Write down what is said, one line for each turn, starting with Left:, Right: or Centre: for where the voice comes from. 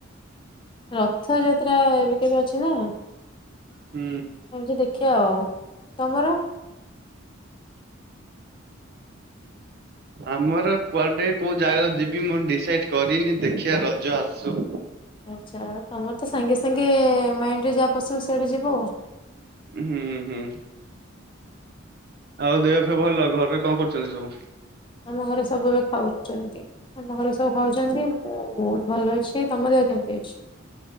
Left: ରଥଯାତ୍ରା ଏବେ କେବେ ଅଛି ନା?
Right: ହୁଁ।
Left: ଏମିତି ଦେଖିବା ଆଉ ତମର?
Right: ଆମର କୁଆଡେ କୋଉ ଜାଗା ଯିବି ମୁଁ ଡିସାଇଡ କରିନି ଦେଖିବା ରଜ ଆସୁ
Left: ଆଚ୍ଛା ତମର ତ ସାଙ୍ଗେ ସାଙ୍ଗେ ମାଇଣ୍ଡରେ ଯାହା ପଶିବ ସିଆଡେ ଯିବ ଆଉ
Right: ହୁଁ ହୁଁ ଆଉ ଦେହଫ ଭଲ ଘରେ କଣ କରୁଛନ୍ତି ସବୁ?
Left: ଆମ ଘରେ ସବୁ ଏବେ ଖାଉଛନ୍ତି। ଆମ ଘରେ ସବୁ ଖାଉଛନ୍ତି ମୁଁ ବହୁତ ଭଲ ଅଛି ତମ ଦେହ କେମିତି ଅଛି?